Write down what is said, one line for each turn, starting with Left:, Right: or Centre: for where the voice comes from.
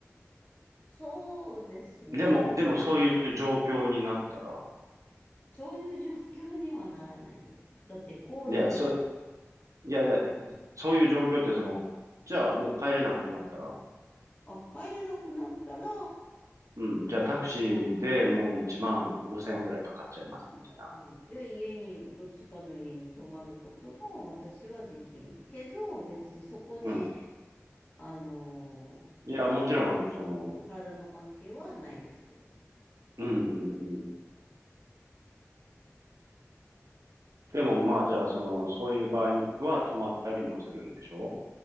Left: そうですね。
Right: でも、でもそういう状況になったら、
Left: そういう状況にはならないです。だって、行為が、
Right: いや、そ、いや、いやそういう状況ってその、じゃあもう帰れなくなったら、
Left: あ、帰れなくなったら、
Right: うん、じゃあタクシーでもう1万5千円ぐらいかかっちゃいます、
Left: 別にその、
Right: みたいな。
Left: うん、いや、家に、どっちかの家に泊まることも私はできるけど、別にそこで、
Right: うん。
Left: あの
Right: いや、もちろん、その、
Left: 体の関係はないですよ。
Right: うん、うん、でもまあじゃあその、そういう場合は止まったりもするんでしょ